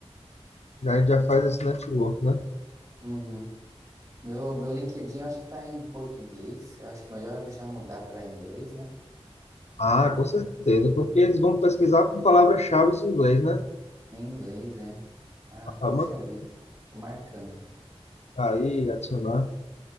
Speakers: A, on the left; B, on the right.
A: Já, a gente já faz esse network, né?
B: Uhum. Meu, meu LinkedIn eu acho que está em português. Eu acho que é melhor já mudar para inglês, né?
A: Ah, com certeza, porque eles vão pesquisar por palavras-chave em inglês, né?
B: É Em inglês, é. Ah,
A: Ah,
B: puxa
A: manda
B: vida. Tô marcando.
A: Aí, adicionar.